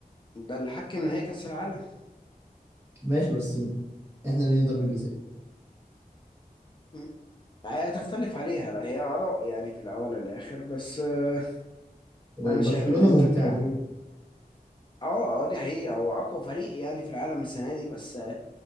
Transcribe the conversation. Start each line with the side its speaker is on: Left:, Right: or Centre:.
Left: ده اللي حكم نهائي كأس العالم
Right: ماشي بس احنا ليه ضربة جزاء
Left: م. هتختلف عليها لا هي آراء يعني في الأول والآخر بس آه،
Right: وبرشلونة
Left: أنا شايف إن الإنتر
Right: ممتعة
Left: كان اه اه دي حقيقة هو أقوى فريق يعني في العالم السنة دي بس آه،